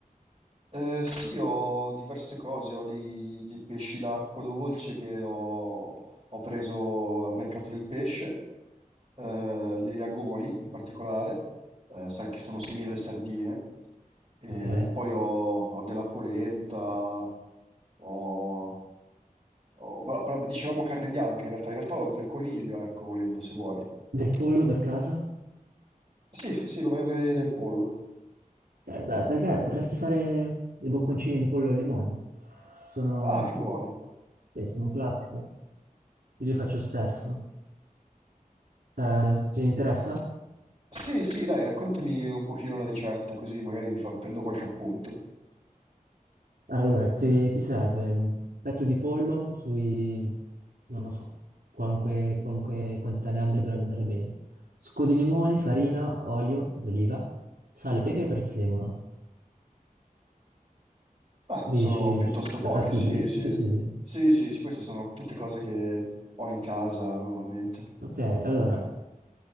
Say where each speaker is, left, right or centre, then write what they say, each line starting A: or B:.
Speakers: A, on the right; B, on the right.
A: Eh, sì, ho diverse cose, ho dei, dei pesci d'acqua dolce che ho, ho preso al mercato del pesce, eh, degli agoni in particolare, eh, sa che sono simili alle sardine, e
B: Ok.
A: poi ho, ho della polenta, ho, ho- però, però dicevamo carne bianca in realtà, in realtà ho del coniglio, ecco, volendo se vuoi.
B: Del pollo per caso?
A: Sì, sì, dovrei avere del pollo.
B: Eh, beh, perché potresti fare dei bocconcini di pollo al limone? Sono,
A: Ah, che buoni.
B: sì, sono un classico. Io li faccio spesso. Eh, ti interessa?
A: Sì, sì, dai, raccontami un pochino la ricetta, così magari mi fa- prendo qualche appunto.
B: Allora, ti, ti serve un petto di pollo sui, non lo so, qualunque, qualunque quantità ne abbia dovrebbe andare bene. Succo di limone, farina, olio d'oliva, sale, pepe e prezzemolo.
A: Ah,
B: Riesci?
A: sono piuttosto pochi,
B: È fattibile?
A: sì, sì.
B: Sì, sì, sì.
A: Sì, sì, sì, queste sono tutte cose che ho in casa normalmente.
B: Ok, allora,